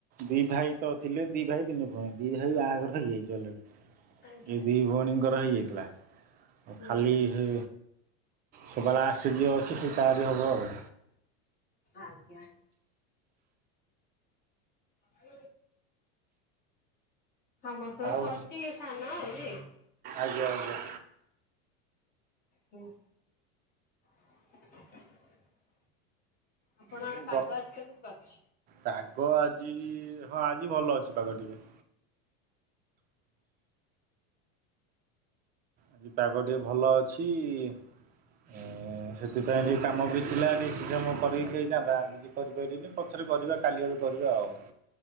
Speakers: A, on the right; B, on the left.
A: ଦି ଭାଇ ତ ଥିଲେ ଦି ଭାଇ ତିନି ଭ ହଁ ଦି ଭାଇ ବାହାଘର ହେଇଯାଇଚି ଅଲରେଡ଼ି
B: ଆଜ୍ଞା
A: ଏ ଦି ଭୋଉଣୀଙ୍କର ହେଇଯାଇଥିଲା ଆଉ
B: ହୁଁ
A: ଖାଲି
B: ହୁଁ
A: ହେ ଶବା ଲାଷ୍ଟେରେ ଯିଏ ଅଛି ସେ ତାରି ହବ ଆଉ।
B: ଆଜ୍ଞାା। <unintelligible> ସମସ୍ତଙ୍କର
A: ଆଉ
B: ସରିଛି ଇଏ ସାନ ଆଉ ନୁହେଁ।
A: ଆଜ୍ଞା ଆଜ୍ଞା
B: ହୁଁ। <unintelligible> ଆପଣ ଆଡେ
A: ଏଇ
B: ପାଗ
A: ବ
B: ଆଜି କେମିତି କରିଛି?
A: ପାଗ ଆଜି ହଁ ଆଜି ଭଲ ଅଛି। ପାଗ ଟିକେ ଆଜି ପାଗ ଟିକେ ଭଲ ଅଛି ଏଁ ସେଥିପାଇଁ ଟିକେ କାମ ବି ଥିଲା ଟ <inaudible> କାମ କରିଲେ ହେଇଥାନ୍ତା। କିଛି କିରିପାରିଲିନି ପଛରେ କରିବା କାଲି ଆଡ଼ୁ କରିବା ଆଉ